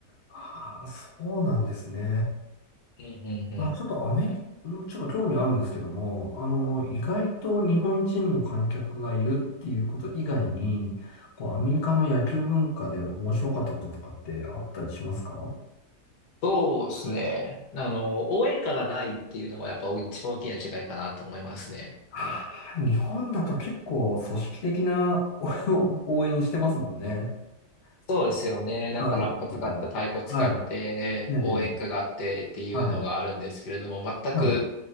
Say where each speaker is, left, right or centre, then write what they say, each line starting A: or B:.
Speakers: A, on the left; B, on the left.
A: ああ、そうなんですね。
B: うんうんうん。
A: まあ、ちょっとアメリカ、んちょっと興味あるんですけども、あの、意外と日本人の観客がいるっていうこと以外に、こう、アメリカの野球文化で面白かったこととかってあったりしますか
B: そうですね。あの、応援歌がないっていうのはやっぱ一番大きな違いかなと思いますね。
A: あー日本だと結構組織的なお <laughs> 応援してますもんね。
B: そうですよね。
A: あ
B: なんかラッパ使った太鼓使って応援歌があってっていうのがあるんですけれども、
A: カ歌ったとか。はい。ねえ、ええはい。
B: 全く
A: はい。